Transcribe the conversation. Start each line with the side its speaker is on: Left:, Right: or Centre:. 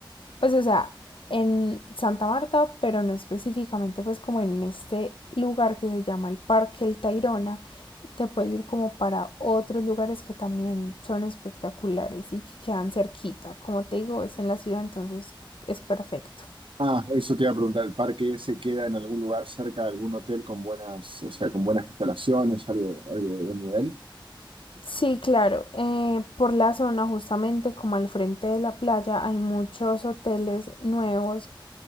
Left: Pues o sea, en Santa Marta, pero no específicamente pues como en este lugar que se llama el Parque El Tayrona te puedes ir como para otros lugares que también son espectaculares y que quedan cerquita. Como te digo, es en la ciudad, entonces es perfecto.
Right: Ah, eso te iba a preguntar, ¿el parque ese queda en algún lugar cerca de algún hotel con buenas, o sea, con buenas instalaciones, algo, algo de buen nivel?
Left: Sí, claro. eh, por la zona, justamente como al frente de la playa, hay muchos hoteles nuevos